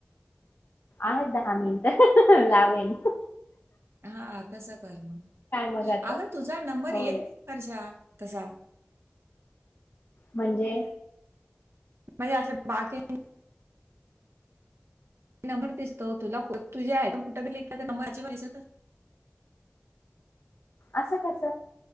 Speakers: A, on the left; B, on the right.
A: आहेत दहा मिनिट लावेल.
B: हा तसं कर म
A: मग आता
B: अगं तुझा नंबर
A: हो
B: येत नाय वर्षा. तसाव
A: म्हणजे
B: म्हणजे असे बाकी ते नंबर दिसतो तुला तुझे आहे <unintelligible> कुठ नंबरची <unintelligible> दिसत <unintelligible>
A: असं कस